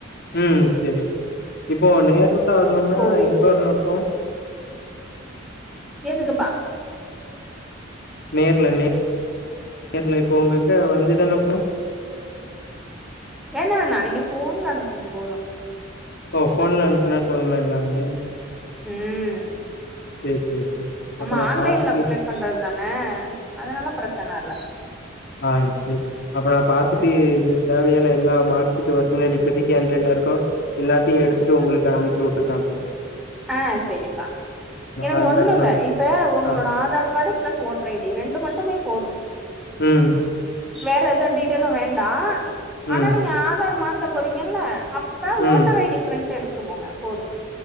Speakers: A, on the left (about 55°); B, in the centre.
A: ம் சரி இப்போ நேர்ல வரணும்னா
B: போறீங்களே
A: எங்க வரணு இப்போ
B: கேக்குதுப்பா
A: நேரல நே நேரல இப்போ உங்களுக்கு வந்துதானே இப்போ
B: வேணா வேண்ணா நீங்க ஃபோன்ல அனுப்புங்க போது
A: ஓ ஃபோன்ல அனுப்புனா போதுமா எல்லாமே
B: உம்
A: சேரி சேரி சேரி
B: ஆமா
A: அப்ப நா
B: ஆன்லைன்ல
A: பாத்துட்டு
B: அப்ளை பண்றது தானே அதனால பிரச்சன இல்ல
A: ஆஹ் சரி அப்றோ நா பாத்துட்டு
B: ம்
A: இந்த தேவையான எல்லா மார்க்ஷீட் ஒர்ஜினலு இப்போதிக்கு உன்ட இருக்கோ எல்லாத்தையு எடுத்துட்டு உங்களுக்கு அமி ட்ரு தான்ப்போ
B: ஆஹ் சரிப்பா எனக்கு
A: அதனால
B: ஒண்ணு இல்ல
A: நம்
B: இப்ப உங்களோட
A: ஆ.
B: Aadhaar card plus voter ID ரெண்டு மட்டுமே போது
A: உம்
B: வேற எதுவு டீட்டெய்லு வேண்டா
A: ம்,
B: ஆனா நீங்க ஆதார் மாத்த போறீங்கல்ல அஹ்
A: ம்.
B: ஓட்டர் ஐடி பிரிண்ட் எடுத்துருவோங்க போது